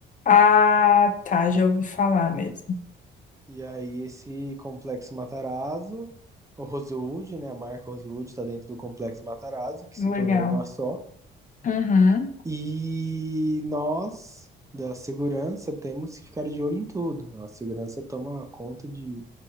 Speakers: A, on the left; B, on the right.
A: Ah, tá, já ouvi falar mesmo.
B: E aí esse Complexo Matarazzo, o Rosewood, né, a marca Rosewood está dentro do Complexo Matarazzo, que
A: Legal.
B: se tornou uma só,
A: Uhum.
B: E nós, da segurança, temos que ficar de olho em tudo. A segurança toma conta de,